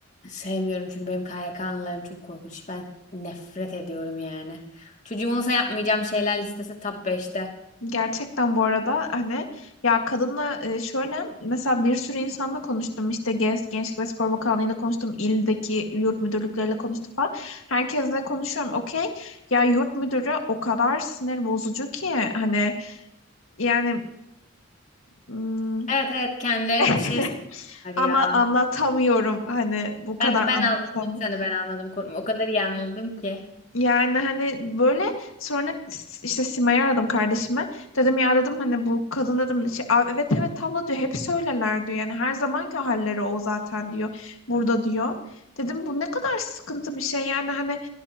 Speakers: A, on the left; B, on the left.
A: Sevmiyorum çünkü benim KYK anılarım çok korkunç. Ben nefret ediyorum yani. Çocuğum olsa yapmayacağım şeyler listesi top 5'te.
B: Gerçekten bu arada hani ya kadınla e, şöyle mesela bir sürü insanla konuştum işte Genç, Gençlik ve Spor Bakanlığı'yla konuştum ildeki yurt müdürlükleriyle konuştum falan herkesle konuşuyorum okey ya yurt müdürü o kadar sinir bozucu ki hani yani hmm,
A: Evet evet kendilerine
B: <laughs> Tabii
A: bir şey söyler
B: ana
A: ya.
B: ya. anlatamıyorum hani bu kadar
A: Ben ben
B: anlatamıyorum.
A: anladım seni ben anladım korkma. O kadar iyi anladım ki.
B: Yani hani böyle sonra s- işte Sima'yı aradım kardeşime. Dedim ya dedim hani bu kadın dedim şey, "Abi evet evet tablo diyor hep söylerler diyor. Yani her zamanki halleri o zaten diyor. Burada diyor. Dedim bu ne kadar sıkıntı bir şey yani hani